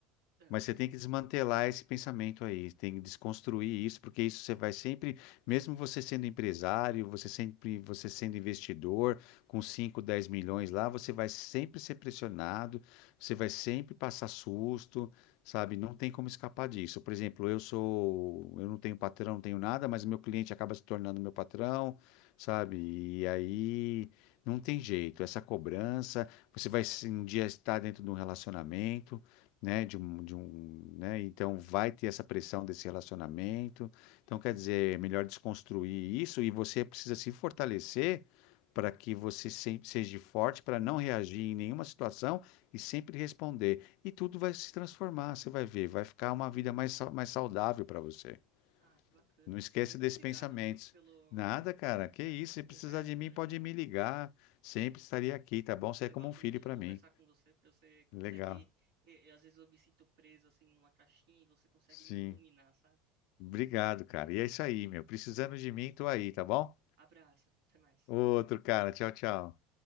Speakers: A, on the right; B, on the left.
A: Ah,
B: mas
A: pode
B: você tem
A: falar.
B: que desmantelar esse pensamento aí, tem que desconstruir isso, porque isso você vai sempre, mesmo você sendo empresário, você sempre, você sendo investidor, com 5, 10 milhões lá, você vai sempre ser pressionado, você vai sempre passar susto, sabe? Não tem como escapar disso. Por exemplo, eu sou, eu não tenho patrão, não tenho nada, mas meu cliente acaba se tornando meu patrão, sabe? E aí não tem jeito, essa cobrança, você vai um dia estar dentro de um relacionamento, né, de um, de um, né, então vai ter essa pressão desse relacionamento. Então, quer dizer, é melhor desconstruir isso e você precisa se fortalecer para que você se- seja forte para não reagir em nenhuma situação e sempre responder. E tudo vai se transformar, você vai ver, vai ficar uma vida mais, sau- mais saudável para você.
A: Ah, que bacana.
B: Não esquece
A: Muito
B: desses
A: obrigado,
B: pensamentos.
A: viu, pelo,
B: Nada, cara, que
A: é,
B: isso,
A: pela conversa.
B: se precisar de mim, pode
A: Eu...
B: me ligar. Sempre estaria aqui, tá bom? Você
A: Eu
B: é como
A: gosto
B: um filho
A: muito
B: para
A: de conversar
B: mim.
A: com você, porque você consegue.
B: Legal.
A: e- e às vezes eu me sinto preso assim numa caixinha e você consegue
B: Sim.
A: me iluminar, sabe?
B: Obrigado, cara. E é isso aí, meu. Precisando de mim, tô aí, tá bom?
A: Abraço, até mais.
B: Outro, cara. Tchau, tchau.